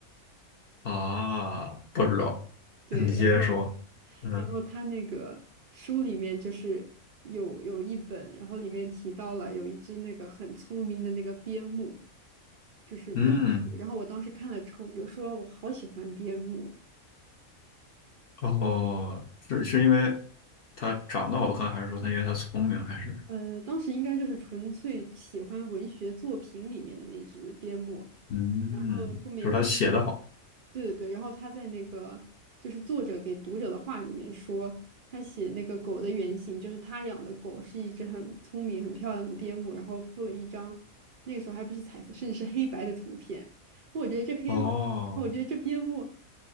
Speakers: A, on the left; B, on the right.
A: 啊，不知道。
B: 对，
A: 你接着说。
B: 然后
A: 嗯
B: 然后他那个书里面就是有有一本，然后里面提到了有一只那个很聪明的那个边牧，就是描述。
A: 嗯，
B: 然后我当时看了之后，我就说我好喜欢边牧。
A: 哦，是是因为他长得好看，还是说他因为他聪明，还是
B: 呃，当时应该就是纯粹喜欢文学作品里面的那只边牧。
A: 嗯，
B: 然后后面就是他，
A: 就是他写的好。
B: 对对对，然后他在那个就是作者给读者的话里面说，他写那个狗的原型就是他养的狗是一只很聪明、很漂亮的边牧，然后附了一张那个时候还不是彩色，甚至是黑白的图片。我觉得这黑，
A: 哦，
B: 我觉得这边牧